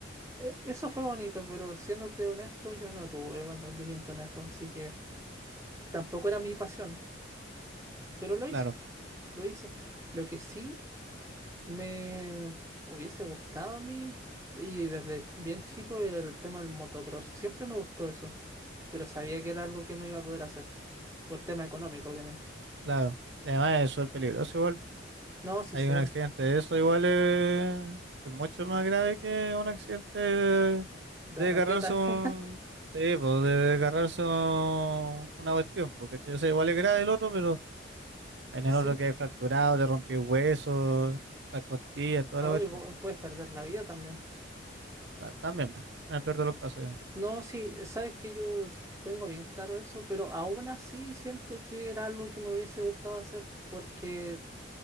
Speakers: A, on the right; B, on the right.
A: e- Eso fue bonito, pero siéndote honesto, yo no tuve buen rendimiento en eso, así que tampoco era mi pasión, pero lo hice,
B: Claro.
A: lo hice. Lo que sí me hubiese gustado a mí, y desde bien chico, era el tema del motocross. Siempre me gustó eso, pero sabía que era algo que no iba a poder hacer, por tema económico, obviamente.
B: Claro, y además es súper peligroso igual.
A: No, sí
B: Hay
A: sé,
B: un accidente de eso igual es, es mucho más grave que un accidente de,
A: de
B: de
A: raquetas.
B: agarrarse un...
A: <laughs>
B: Sí, pues de agarrarse un- una cuestión, porque o sea, igual es grave el otro, pero en el
A: Sí,
B: otro que hay fracturado, te rompió huesos, las costillas, toda
A: ay,
B: la cuestión.
A: vo- puedes perder la vida también.
B: Ta- También, pues, en el peor de los casos, ya.
A: No, sí, sabes que yo tengo bien claro eso, pero aún así siento que era algo que me hubiese gustado hacer porque